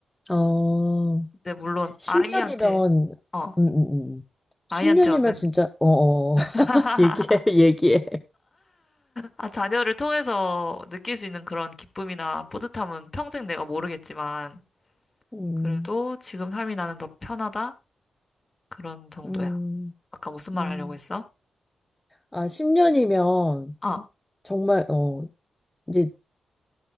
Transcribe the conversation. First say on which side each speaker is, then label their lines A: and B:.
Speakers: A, on the left (about 15°); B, on the left (about 35°).
A: 어,
B: 근데 물론
A: 10년이면,
B: 아이한테 어,
A: 음, 음, 음.
B: 아이한테
A: 10년이면
B: 얻는
A: 진짜, 어, 어, <laughs>
B: <laughs>
A: 얘기해, 얘기해.
B: 아, 자녀를 통해서 느낄 수 있는 그런 기쁨이나 뿌듯함은 평생 내가 모르겠지만,
A: 음,
B: 그래도 지금 삶이 나는 더 편하다? 그런 정도야.
A: 음,
B: 아까 무슨 말
A: 음.
B: 하려고 했어?
A: 아, 10년이면,
B: 어,
A: 정말, 어, 이제,